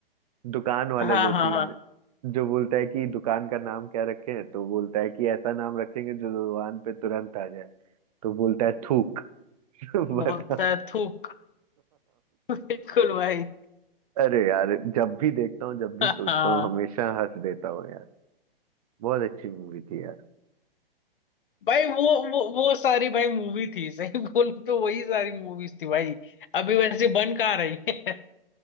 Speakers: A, on the right; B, on the left.
A: दुकान वाला
B: हाँ
A: जो
B: हाँ
A: सीन
B: हाँ
A: है जो बोलता है कि दुकान का नाम क्या रखें तो बोलता है कि ऐसा नाम रखेंगे जो दुकान पे तुरंत आ जाए तो बोलता है थूक <laughs> बताओ
B: बोलता है थूक बिल्कुल भाई
A: अरे यार जब भी देखता हूँ जब भी
B: <laughs>
A: सोचता हूँ हमेशा हंस देता हूँ यार बहुत अच्छी मूवी थी यार
B: भाई वो वो वो सारी भाई मूवी थी सही <laughs> बोलूं तो वही सारी मूवीज थी भाई अभी वैसे बन कहाँ रही है <laughs>